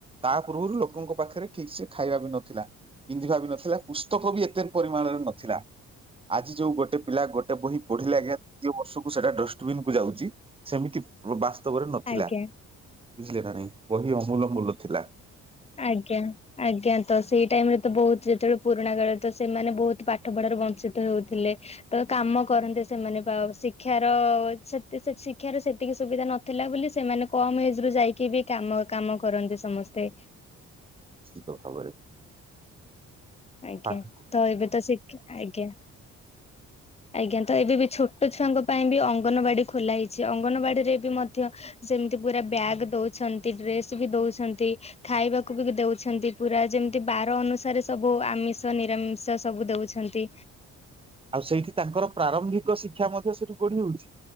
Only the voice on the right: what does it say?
ତା ପୂର୍ବରୁ ଲୋକଙ୍କ ପାଖରେ ଠିକ୍ ସେ ଖାଇବା ବି ନଥିଲା ପିନ୍ଧିବା ବି ନଥିଲା ପୁସ୍ତକ ବି ଏତେ ପରିମାଣରେ ନଥିଲା। ଆଜି ଯୋଉ ଗୋଟେ ପିଲା ଗୋଟେ ବହି ପଢିଲେ ଆଜ୍ଞା ଦ୍ୱିତୀୟ ବର୍ଷକୁ ସେଟା ଡଷ୍ଟବିନ କୁ ଯାଉଚି ସେମିତି ବାସ୍ତବରେ ନଥିଲା
ବୁଝିଲେ ନା ନାହିଁ? ବହି ଅମୂଲମୂଲ ଥିଲା।
<unintelligible>
ପାଠ
ଆଉ ସେଇଠି ତାଙ୍କର ପ୍ରାରମ୍ଭିକ ଶିକ୍ଷା ମଧ୍ୟ ସେଠୁ ଗଢି ହଉଛି